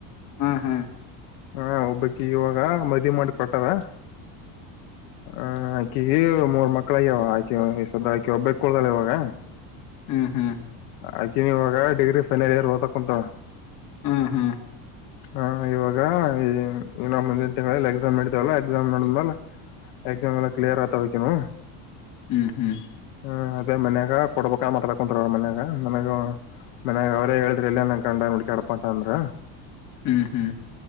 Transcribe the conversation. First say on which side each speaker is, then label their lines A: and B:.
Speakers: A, on the left; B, on the left.
A: ಹಾ ಹಾಂ
B: ಹಾ ಒಬ್ಬಕ್ ಇವಾಗ ಮದುವೆ ಮಾಡಿ ಕೊಟ್ಟಾರ ಆ ಆಕಿಗಿ ಮೂರ್ ಮಕ್ಳಗ್ಯಾವ ಆಕಿ ಸದ ಆಕಿ ಒಬ್ಬೇ ಕಿ ಕುಳ್ದಾಳ ಇವಾಗ
A: ಹ್ಮ್ ಹ್ಮ್
B: ಆಕೆ ನೀವಾಗ ಡಿಗ್ರಿ ಫೈನಲ್ ಇಯರ್ ಓದ ಕುಂತಳ
A: ಹ್ಮ ಹ್ಮ್
B: ಹಾ ಇವಾಗ ಇ ನ ಮುಂದನ್ ತಿಂಗಳ ಎಕ್ಸಾಮ್ ಇಡತವಲ್ಲಾ ಎಕ್ಸಾಮ್ ನಡಿದ್ಮೇ ಎಕ್ಸಾಮ್ ಎಲ್ಲ ಕ್ಲಿಯರ್ ಆತಾ ವಕ್ಕಿನು
A: ಹ್ಮ್ ಹ್ಮ್
B: ಹ ಅದೇ ಮನ್ಯಾಗ ಕೊಡ್ಬೇಕಾದ ಮಾತಾಡ್ಕೊಂತಾರೆ ಅವರು ಮನ್ಯಾಗ ನಮಗೆ ಮನ್ಯಾಗ ಅವ್ರೇ ಹೇಳಿದ್ರ ಎಲ್ಲಿ ಏನ ಗಂಡನ ಹುಡ್ಕಾಡಪ್ಪ ಅಂತ ಅಂದ್ರ
A: ಹ್ಮ್ ಹ್ಮ್